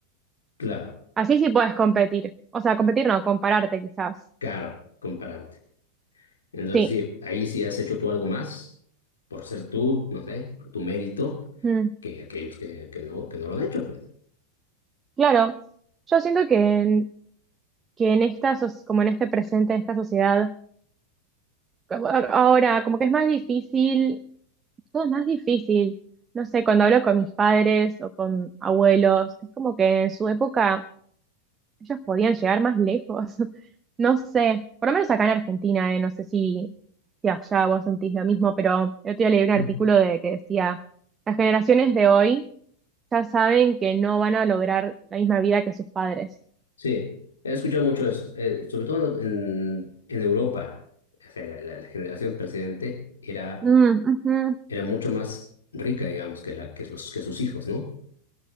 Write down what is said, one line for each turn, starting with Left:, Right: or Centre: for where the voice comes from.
Left: Claro,
Right: Así sí puedes competir. O sea, competir no, compararte quizás.
Left: caro compararte. Entonces,
Right: Sí,
Left: sí, ahí sí has hecho tú algo más por ser tú, no sé, por tu mérito,
Right: Mm,
Left: que aquellos que, que no, que no lo han hecho, pues.
Right: claro. Yo siento que en, que en esta, soc- como en este presente, en esta sociedad, como a- ahora como que es más difícil, todo es más difícil. No sé, cuando hablo con mis padres o con abuelos, es como que en su época ellos podían llegar más lejos. <laughs> No sé, por lo menos acá en Argentina, eh, no sé si, si allá vos sentís lo mismo, pero yo te día leí un artículo
Left: Sí.
Right: de que decía, las generaciones de hoy ya saben que no van a lograr la misma vida que sus padres.
Left: Sí, he escuchado mucho eso, eh, sobre todo en, en Europa. O sea, la, la- la generación precedente era
Right: Mm, ujú.
Left: era mucho más rica, digamos, que, la, que, los, que sus hijos, ¿no?